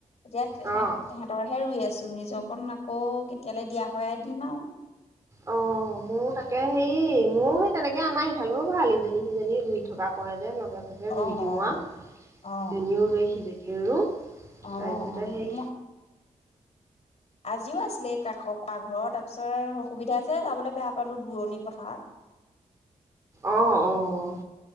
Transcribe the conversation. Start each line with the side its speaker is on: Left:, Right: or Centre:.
Left: এতিয়া সে
Right: অ'
Left: সেহেঁতৰহে ৰুই আছোঁ, নিজৰকণ আকৌ কেতিয়ালৈ দিয়া হয় দিম আৰু।
Right: অ', মোৰো তাকে হেৰি, ময়ো সেই তেনেকে আমাৰ এইফালেও ভাল ইজনী- সিজনী ৰুই থকা পৰে যে লগে তাকে ৰুই
Left: অ
Right: দিওঁ
Left: অ
Right: আৰু
Left: অ।
Right: ইজনীও ৰুৱ সিজনীয়েও ৰুওঁ
Left: অ অ
Right: তাৰপিছতে সেই
Left: ম আজিও আছিলে, এই কাষৰ খুৰাঘৰৰ তাৰপিছত অসুবিধা যে যাবলৈ বেয়া পালো দূৰণি পথাৰত।
Right: অ', অ',